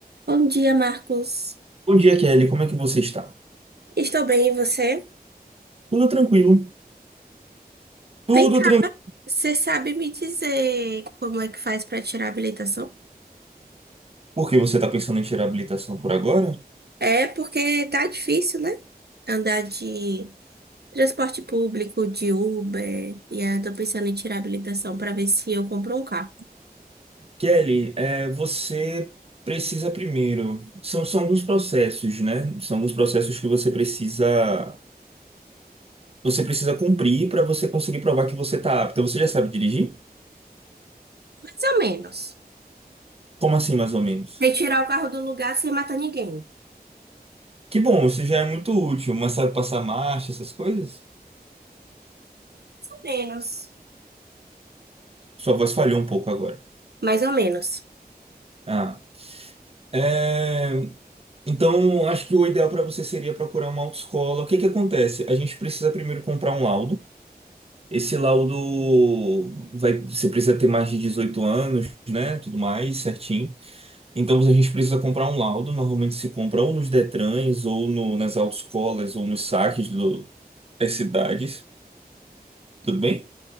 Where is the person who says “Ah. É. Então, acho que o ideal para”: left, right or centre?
Right